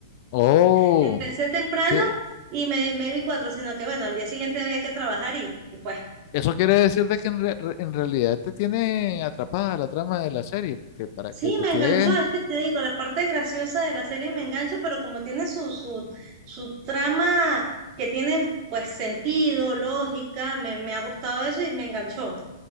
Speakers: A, on the left; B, on the right.
A: Oh,
B: <laughs> Empecé temprano
A: sí,
B: y me, me vi cuatro, sino que bueno, al día siguiente había que trabajar y, y pues
A: eso quiere decir de que en, re- re- en realidad te tiene atrapada la trama de la serie, porque para
B: sí,
A: que te
B: me
A: tires.
B: enganchó. Es que te digo, la parte graciosa de la serie me engancha, pero como tiene su, su, su trama que tiene pues sentido, lógica, me, me ha gustado eso y me enganchó.